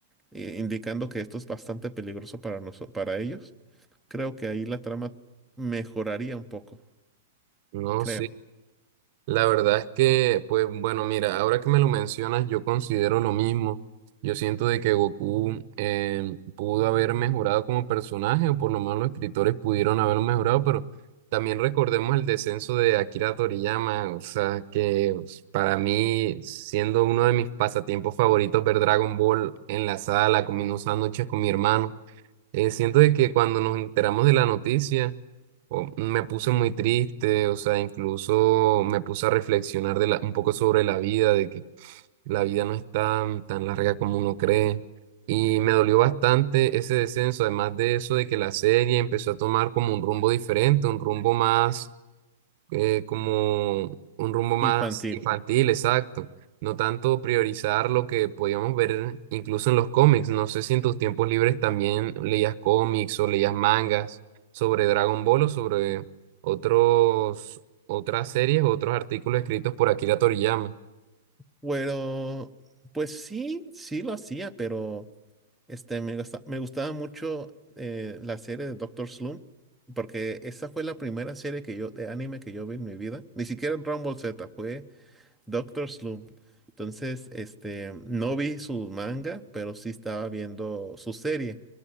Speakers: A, in the centre; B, on the right.
A: eh, indicando que esto es bastante peligroso para nosotros, para ellos, creo que ahí la trama mejoraría un poco,
B: No
A: creo.
B: sé, La verdad es que, pues bueno, mira, ahora que me lo mencionas, yo considero lo mismo. Yo siento de que Goku eh, pudo haber mejorado como personaje, o por lo menos los escritores pudieron haberlo mejorado, pero también recordemos el descenso de Akira Toriyama, o sea, que pues, para mí, siendo uno de mis pasatiempos favoritos, ver Dragon Ball en la sala, comiendo sándwiches con mi hermano, eh, siento de que cuando nos enteramos de la noticia, o- me puse muy triste, o sea, incluso me puse a reflexionar de la- un poco sobre la vida, de que la vida no es tan, tan larga como uno cree. Y me dolió bastante ese descenso, además de eso, de que la serie empezó a tomar como un rumbo diferente, un rumbo más eh, como un rumbo más
A: Infantil.
B: infantil, exacto. No tanto priorizar lo que podíamos ver incluso en los cómics. No sé si en tus tiempos libres también leías cómics o leías mangas sobre Dragon Ball o sobre otros, otras series o otros artículos escritos por Akira Toriyama.
A: bueno pues sí, sí lo hacía, pero este, me gusta- me gustaba mucho eh, la serie de Doctor Slump, porque esa fue la primera serie que yo, de anime que yo vi en mi vida. Ni siquiera Dragon Ball Z, fue Doctor Slump. Entonces, este, no vi su manga, pero sí estaba viendo su serie.